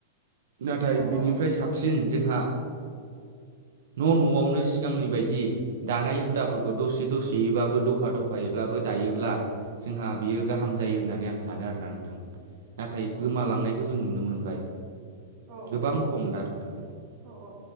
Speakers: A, on the right (about 75°); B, on the right (about 30°).
A: नाथाय
B: औ
A: बिनिफ्राय साबसिन जोंहा न' न'आवनो सिगांनि बायदि दानाय हुदाफोरखौ दसे दसेयैबाबो दफा दफायै ब्लाबो दायोब्ला जोंहा बियो गाहाम जायो होननानै आं सानो आरोना। थां नाथाय गोमालांनायखौ जों नुनो मोनबाय।
B: औ
A: गोबां खमदा नोंथां।
B: औ औ